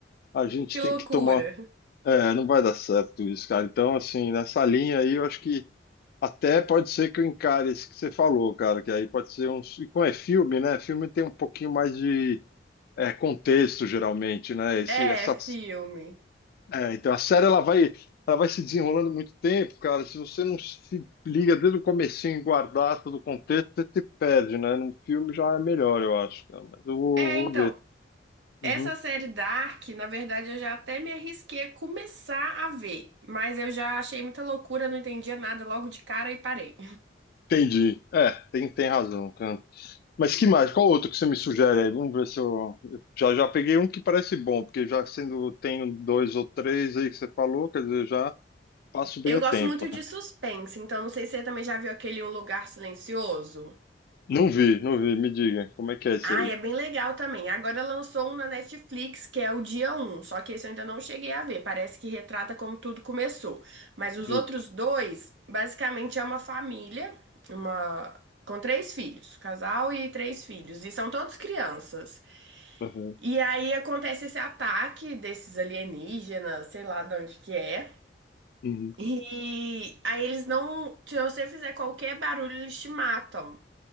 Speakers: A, on the left; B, on the right.
A: a gente
B: Que
A: tem
B: loucura.
A: que tomar... É, não vai dar certo isso, cara. Então, assim, nessa linha aí, eu acho que até pode ser que eu encare isso que você falou, cara, que aí pode ser um... E como é filme, né? Filme tem um pouquinho mais de... é, contexto, geralmente, né? Esse,
B: É,
A: essa
B: filme.
A: é, então a série ela vai, ela vai se desenrolando muito tempo, cara. Se você não se liga desde o comecinho e guardar todo o contexto, você se perde, né? No filme já é melhor, eu acho, cara. Mas eu vou,
B: É, então,
A: vou ver. Uhum.
B: essa série Dark, na verdade, eu já até me arrisquei a começar a ver, mas eu já achei muita loucura, não entendia nada logo de cara e parei.
A: Entendi. É, tem, tem razão, cara. Mas que mais? Qual outro que você me sugere aí? Vamos ver se eu. eu Já já peguei um que parece bom, porque já sendo tenho dois ou três aí que você falou, quer dizer, já passo bem
B: Eu
A: o
B: gosto
A: tempo,
B: muito de
A: né?
B: suspense, então não sei se você também já viu aquele Um Lugar Silencioso.
A: Não vi, não vi. Me diga, como é que é esse
B: Ah,
A: aí?
B: é bem legal também. Agora lançou um na Netflix, que é o Dia Um. só que esse eu ainda não cheguei a ver. Parece que retrata como tudo começou. Mas os
A: E-
B: outros dois, basicamente é uma família, uma com três filhos, casal e três filhos, e são todos crianças.
A: Uhum.
B: E aí acontece esse ataque desses alienígenas, sei lá de onde que é.
A: Uhum.
B: E aí eles não, se você fizer qualquer barulho, eles te matam.